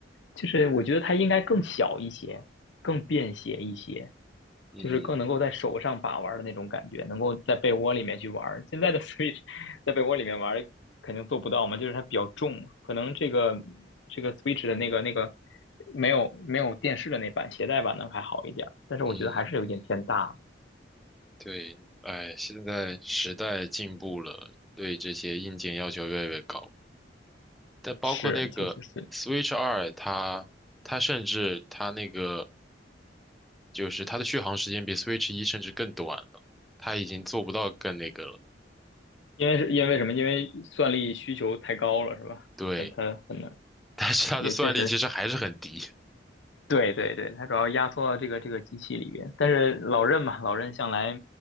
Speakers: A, on the left; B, in the centre.
A: 就是我觉得它应该更小一些，更便携一些，
B: 嗯
A: 就是更能够在手上把玩的那种感觉，能够在被窝里面去玩。现在的 <laughs> Switch 在被窝里面玩肯定做不到嘛，就是它比较重嘛，可能这个这个 Switch 的那个那个没有没有电视的那版携带版的还好一点但是我觉得还是有点偏大。
B: 嗯。对，哎，现在时代进步了，对这些硬件要求越来越高。但包括那个
A: 是，确实是
B: Switch 二，它它甚至它那个就是它的续航时间比 Switch 一甚至更短了，它已经做不到更那个了。
A: 因为是因为什么？因为算力需求太高了，是吧？
B: 对，
A: 它它很难，
B: 但是它的算力其实还是很低。
A: 也确实对对对，它主要压缩到这个这个机器里边。但是老任嘛，老任向来